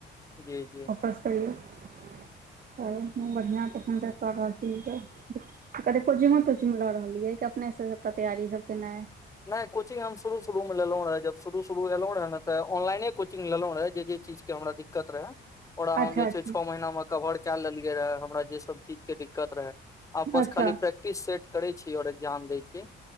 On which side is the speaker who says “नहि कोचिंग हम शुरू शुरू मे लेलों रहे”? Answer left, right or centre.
Left